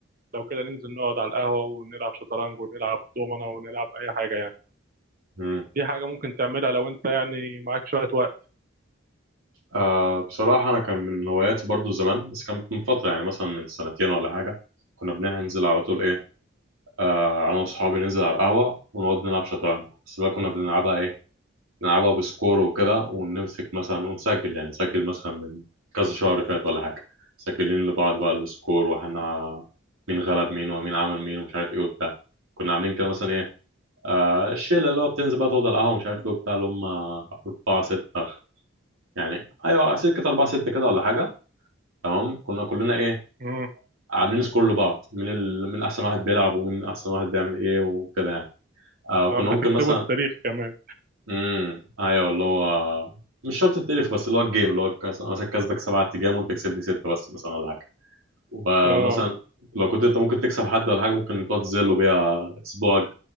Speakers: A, on the right; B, on the right.
A: لو كده ننزل نقعد على القهوة ونلعب شطرنج ونلعب دومنة ونلعب أي حاجة يعني
B: مم.
A: دي حاجة ممكن تعملها لو أنت يعني معاك شوية وقت
B: آه بصراحة أنا كان من هواياتي برضو زمان بس كانت من فترة يعني مثلا من سنتين ولا حاجة كنا بننزل على طول إيه آه أنا وأصحابي ننزل على القهوة ونقعد نلعب شطرنج بس بقى كنا بنلعبها إيه، نلعبها بسكور وكده ونمسك مثلا ونسجل يعني نسجل مثلا من كذا شهر فات ولا حاجة مسجلين لبعض بقى السكور واحنا مين غلب مين ومين عمل مين ومش عارف ايه وبتاع كنا عاملين كده مثلا ايه آه الشلة اللي هو بتنزل بقى تقعد على القهوة ومش عارف ايه وبتاع اللي هم أربعة ستة خ- يعني أيوة سكة أربعة ستة كده ولا حاجة تمام كنا كلنا ايه
A: امم
B: عاملين سكور لبعض من ال... من أحسن واحد بيلعب ومن أحسن واحد بيعمل ايه وكده يعني آه وكنا ممكن
A: بتكتبوا
B: مثلا
A: التاريخ كمان
B: امم ايوه اللي هو مش شرط التاريخ بس اللي هو الجيم اللي هو مثلا مثلا كسبك سبعة تجام وانت كسبني ستة بس مثلا ولا حاجة ومثلا
A: اه
B: لو كنت انت ممكن تكسب حد ولا حاجة ممكن تقعد تذله بيها اسبوع